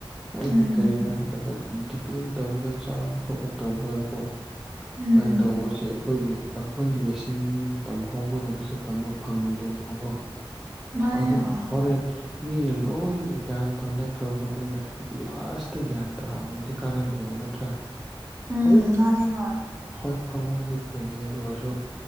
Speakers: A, in the centre; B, on the right.
A: ꯍꯥꯏꯕꯗꯤ
B: ꯎꯝ
A: ꯀꯔꯤꯅꯣ ꯍꯥꯏꯀꯥꯟꯗ ꯗꯤꯄꯦꯟ ꯇꯧꯔꯒ ꯆꯥꯕ ꯈꯣꯠꯄ ꯇꯧꯕ ꯀꯣ
B: ꯎꯝ
A: ꯁꯨꯃꯥꯏꯅ ꯇꯧꯕꯁꯦ ꯑꯩꯈꯣꯏꯒꯤ ꯑꯩꯈꯣꯏ ꯂꯤꯁꯟ ꯇꯝꯍꯧꯒꯗꯕꯁꯦ ꯇꯝꯕ ꯐꯪꯗꯦꯕꯀꯣ
B: ꯃꯥꯅꯦ
A: ꯑꯗꯨꯅ
B: ꯍꯣꯏ
A: ꯍꯣꯔꯦꯟ ꯃꯤꯅ ꯂꯣꯏꯅ ꯒ꯭ꯌꯥꯟ ꯇꯥꯟꯅꯈ꯭ꯔꯕ ꯃꯇꯨꯡꯗ ꯑꯩꯒꯤ ꯂꯥꯁꯇ ꯒ꯭ꯌꯥꯟ ꯇꯥꯕꯗꯨꯗꯤ ꯀꯥꯟꯅꯗꯦꯕ ꯅꯠꯇ꯭ꯔꯥ
B: ꯎꯝ
A: ꯍꯣꯏ
B: ꯃꯥꯅꯦ ꯍꯣꯏ
A: ꯍꯣꯏ ꯐꯕꯕꯨꯗꯤ ꯐꯩꯌꯦ ꯑꯗꯨ ꯑꯣꯏꯔꯁꯨ